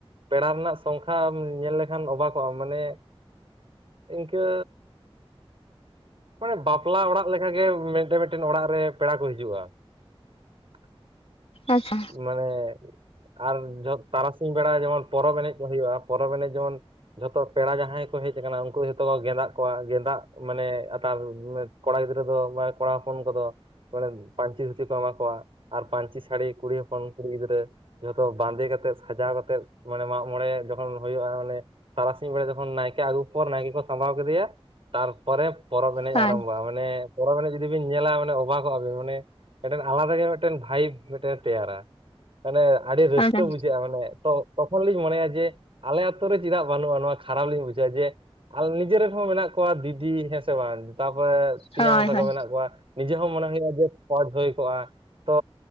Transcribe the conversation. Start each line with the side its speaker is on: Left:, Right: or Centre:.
Right: ᱯᱮᱲᱟ ᱨᱮᱱᱟᱜ ᱥᱚᱝᱠᱷᱟᱢ ᱧᱮᱞ ᱞᱮᱠᱷᱟᱱ ᱚᱵᱠᱚᱜᱼᱟ ᱢᱟᱱᱮ ᱤᱝᱠᱟᱹ ᱳᱭ ᱵᱟᱯᱞᱟ ᱚᱲᱟᱜ ᱞᱮᱠᱟᱜᱮ ᱢᱤᱫᱴᱮᱱ ᱢᱤᱫᱴᱮᱱ ᱚᱲᱟᱜ ᱨᱮ ᱯᱮᱲᱟ ᱠᱚ ᱦᱤᱡᱩᱜᱼᱟ᱾ <unintelligible>
Left: ᱟᱪᱪᱷᱟ
Right: ᱢᱟᱱᱮ ᱟᱨ ᱡᱷᱚ ᱛᱟᱨᱟᱥᱤᱧ ᱵᱮᱲᱟ ᱡᱮᱢᱚᱱ ᱯᱚᱨᱚᱵᱽ ᱮᱱᱮᱡ ᱠᱚ ᱦᱩᱭᱩᱜᱼᱟ᱾ ᱯᱚᱨᱚᱵᱽ ᱮᱱᱮᱢ ᱡᱮᱢᱚᱱ ᱡᱷᱚᱛᱚ ᱯᱮᱲᱟ ᱡᱟᱦᱟᱸᱭ ᱠᱚ ᱦᱮᱡ ᱟᱠᱟᱱᱟ ᱩᱱᱠᱩ ᱡᱷᱚᱛᱚ ᱠᱚ ᱜᱸᱮᱫᱟᱜ ᱠᱚᱣᱟ ᱜᱮᱸᱫᱟᱜ ᱢᱟᱱᱮ ᱟᱛᱟᱨ ᱠᱚᱲᱟ ᱜᱤᱫᱽᱨᱟᱹ ᱫᱚ ᱢᱟᱱᱮ ᱠᱚᱲᱟ ᱦᱚᱯᱚᱱ ᱠᱚᱫᱚ ᱢᱟᱱᱮ ᱯᱟᱹᱧᱪᱤ ᱫᱷᱩᱛᱤ ᱠᱚ ᱮᱢᱟ ᱠᱚᱣᱟ ᱟᱨ ᱯᱟᱹᱧᱪᱤ ᱥᱟᱹᱲᱤ ᱠᱩᱲᱤ ᱦᱚᱯᱚᱱ ᱠᱩᱲᱤ ᱜᱤᱫᱽᱨᱟᱹ ᱡᱚᱛᱚ ᱵᱟᱸᱫᱮ ᱠᱟᱛᱮᱜ ᱥᱟᱡᱟᱣ ᱠᱟᱛᱮᱜ ᱢᱟᱱᱮ ᱢᱟᱜ ᱢᱚᱬᱮ ᱡᱚᱠᱷᱚᱱ ᱦᱩᱭᱩᱜᱼᱟ ᱢᱟᱱᱮ ᱛᱟᱨᱟᱥᱤᱧ ᱵᱮᱲᱟ ᱡᱚᱠᱷᱚᱱ ᱱᱟᱭᱠᱮ ᱟᱹᱜᱩ ᱯᱚᱨ ᱱᱟᱭᱠᱮ ᱠᱚ ᱥᱟᱢᱵᱟᱣ ᱠᱮᱫᱮᱭᱟ ᱛᱟᱨᱯᱚᱨᱮ ᱯᱚᱨᱚᱵᱽ ᱮᱱᱮᱡ
Left: ᱦᱳᱭ
Right: ᱟᱨᱟᱢᱵᱚᱜᱼᱟ ᱢᱟ ᱢᱟᱱᱮ ᱯᱚᱨᱚᱵᱽ ᱮᱱᱮᱡ ᱡᱩᱫᱤ ᱵᱤᱱ ᱧᱮᱞᱟ ᱢᱟᱱᱮ ᱚᱵᱟᱜᱚᱜᱼᱟ ᱵᱤᱱ ᱢᱟᱱᱮ ᱢᱤᱫᱴᱮᱱ ᱟᱞᱟᱫᱟ ᱜᱮ ᱢᱤᱫᱴᱮᱱ ᱵᱷᱟᱭᱤᱵ ᱢᱤᱫᱴᱮᱱ ᱛᱮᱭᱟᱨᱟ ᱢᱟᱱᱮ ᱟᱹᱰᱤ ᱨᱟᱹᱥᱠᱟᱹ
Left: ᱟᱪᱪᱷᱟ
Right: ᱵᱩᱡᱷᱟᱹᱜᱼᱟ ᱢᱟᱱᱮ ᱛᱚ ᱛᱚᱠᱷᱚᱱ ᱞᱤᱧ ᱢᱚᱱᱮᱭᱟ ᱡᱮ ᱟᱞᱮ ᱟᱛᱩ ᱨᱮ ᱪᱮᱫᱟᱜ ᱵᱟᱹᱱᱩᱜᱼᱟ ᱱᱚᱣᱟ ᱠᱷᱟᱨᱟᱯ ᱞᱤᱧ ᱵᱩᱡᱷᱟᱹᱣᱟ ᱡᱮ ᱟᱨ ᱱᱤᱡᱮᱨᱤᱱ ᱦᱚᱸ ᱢᱮᱱᱟᱜ ᱠᱚᱣᱟ ᱫᱤᱫᱤ ᱦᱮᱸ ᱥᱮ ᱵᱟᱝ ᱛᱟᱯᱚᱨᱮ ᱛᱮᱧᱟᱝ
Left: ᱦᱳᱭ
Right: ᱛᱟᱠᱚ
Left: ᱦᱳᱭ
Right: ᱢᱮᱱᱟᱜ ᱠᱚᱣᱟ ᱱᱤᱡᱮ ᱦᱚᱸ ᱢᱚᱱᱮ ᱦᱩᱭᱩᱜᱼᱟ ᱡᱮ ᱯᱚᱡ ᱦᱩᱭ ᱠᱚᱜᱼᱟ ᱛᱚ